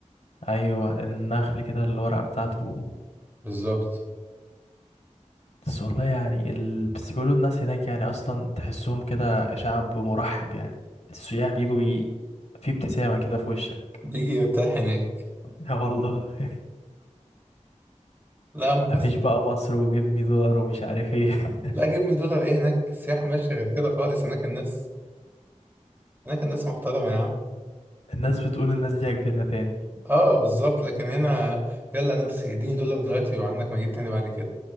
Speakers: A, on the left; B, on the right.
A: ايوه النخل كده الورقة بتاعته
B: بالظبط
A: بس والله يعني ال... بس بيقولوا الناس هناك يعني اصلا تحسهم كده شعب مرحب يعني السياح بيجوا بي... في ابتسامة كده في وشك
B: بيجي يرتاح هناك
A: <laughs> يا والله <laughs>
B: لا أما بس
A: مفيش بقى مصر وجيب مي دولار ومش عارف ايه <laughs>
B: لا جيب مي دولار ايه هناك السياح ماشي غير كده خالص هناك الناس هناك الناس محترمة يا عم
A: الناس بتقول الناس دي هتجيلنا تاني
B: اه بالظبط لكن هنا يلا نفسي اديني دولار دلوقتي وعندك مجيب تاني بعد كده